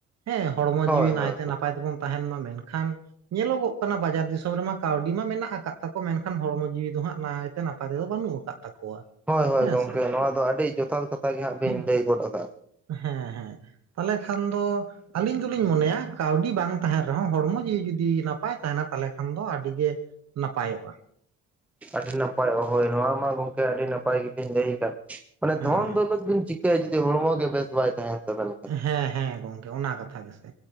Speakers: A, on the right (about 60°); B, in the centre.
A: ᱦᱮᱸ ᱦᱚᱲᱢ
B: ᱦᱳᱭ
A: ᱡᱤᱣᱤ ᱱᱟᱭᱛᱮ
B: ᱦᱳᱭ ᱦᱳᱭ
A: ᱱᱟᱯᱟᱭᱛᱮ ᱵᱚᱱ ᱛᱟᱦᱮᱱ ᱢᱟ ᱢᱮᱱᱠᱷᱟᱱ ᱧᱮᱞᱚᱜᱚᱜ ᱠᱟᱱᱟ, ᱵᱟᱡᱟᱨ ᱫᱤᱥᱚᱢ ᱨᱮᱢᱟ ᱠᱟᱹᱣᱰᱤ ᱢᱟ ᱢᱮᱱᱟᱜ ᱟᱠᱟᱫ᱾ ᱛᱟᱠᱚ ᱢᱮᱱᱠᱷᱟᱱ ᱦᱚᱲᱢᱚ ᱡᱤᱣᱤ ᱫᱚ, ᱦᱟᱸᱜ ᱱᱟᱭᱛᱮ ᱱᱟᱯᱟᱭ ᱛᱮᱫᱚ ᱵᱟᱹᱱᱩᱜ ᱟᱠᱟᱫ ᱛᱟᱠᱚᱣᱟ᱾
B: ᱦᱳᱭ ᱦᱳᱭ
A: ᱦᱮᱸ
B: ᱜᱚᱝᱠᱮ
A: ᱥᱮ
B: ᱱᱚᱣᱟ ᱫᱚ ᱟᱹᱰᱤ, ᱡᱚᱛᱷᱟᱛ ᱠᱟᱛᱷᱟ ᱜᱮ ᱦᱟᱸᱜ ᱵᱤᱱ
A: ᱦᱩᱸ
B: ᱞᱟᱹᱭ ᱜᱚᱫ ᱟᱠᱟᱫᱟ᱾
A: ᱦᱮᱸ ᱦᱮᱸ ᱛᱟᱞᱦᱮ ᱠᱷᱟᱱ ᱫᱚ ᱟᱹᱞᱤᱧ ᱫᱩᱞᱤᱧ ᱢᱚᱱᱮᱭᱟ ᱠᱟᱹᱣᱰᱤ ᱵᱟᱝ ᱛᱟᱦᱮᱱ ᱨᱮᱦᱚᱸ ᱦᱚᱲᱢᱚ ᱡᱤᱣᱤ ᱡᱩᱫᱤ ᱱᱟᱯᱟᱭ ᱛᱟᱦᱮᱱᱟ ᱛᱟᱦᱞᱮ ᱠᱷᱟᱱ ᱫᱚ ᱟᱹᱰᱤᱜᱮ ᱱᱟᱯᱟᱭᱚᱜ-ᱟ᱾
B: ᱟᱹᱰᱤ ᱱᱟᱯᱟᱭ ᱳᱦᱳᱭ ᱱᱚᱣᱟ ᱢᱟ ᱜᱚᱝᱠᱮ ᱟᱹᱰᱤ ᱱᱟᱯᱟᱭ ᱜᱤᱵᱤᱱ ᱞᱟᱹᱭ ᱠᱟᱫ ᱢᱟᱱᱮ
A: ᱦᱮᱸ
B: ᱫᱷᱚᱱ
A: ᱦᱮᱸ
B: ᱫᱳᱞᱚᱛ ᱵᱤᱱ ᱪᱤ ᱠᱟ. ᱭᱟ ᱡᱩᱫᱤ ᱦᱚᱲᱢᱚ ᱜᱮ ᱵᱮᱥ ᱵᱟᱭ ᱛᱟᱦᱮᱱ ᱛᱟᱵᱮᱱᱟ,
A: ᱦᱮᱸ ᱦᱮᱸ ᱜᱚᱝᱠᱮ ᱚᱱᱟ ᱠᱟᱛᱷᱟ ᱜᱮᱥᱮ